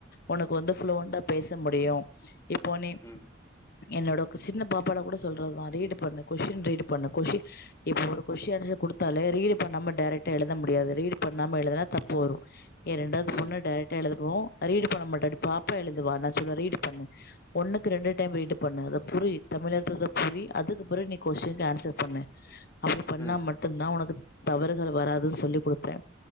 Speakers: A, on the left; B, on the left.
A: உனக்கு வந்து ஃப்ளுவெண்டா பேச முடியு இப்போ நீ
B: ம்
A: என்னோட சின்ன பாப்பாட கூட சொல்றதுதா ரீட் பண்ணு கொஷின் ரீட் பண்ணு கொஷின் இப்போ ஒரு கொஸ்டின் ஆன்சர் கொடுத்தாலே ரீடு பண்ணாம டேரெக்டா எழுத முடியாது ரீடு பண்ணாம எழுதுனா தப்பு வரு ஏ இரண்டாவது
B: ம்
A: பொண்ணு டைரக்டா எழுதுவோ ரீடு பண்ண மாட்டா இப்டி பாப்பா எழுதுவா நா சொல்வ ரீட் பண்ணு ஒன்னுக்கு ரெண்டு டைம் ரீடு பண்ணு அதை புரி தமிழ் அர்த்ததை புரி அதுக்குப்பிறகு நீ கொஸின்னுக்கு ஆன்சர் பண்ணு அப்டி பண்ணா
B: ம் ம்
A: மட்டும்தா உனக்கு தவறுகள் வராதுன்னு சொல்லிக் கொடுப்பே